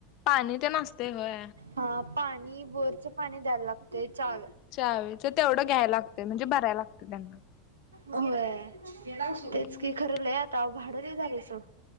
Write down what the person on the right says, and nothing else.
हा पाणी बोरचं पाणी द्यायल लागतय चा
होय
तेच कि खर लय आता भाड लय झाले सोड.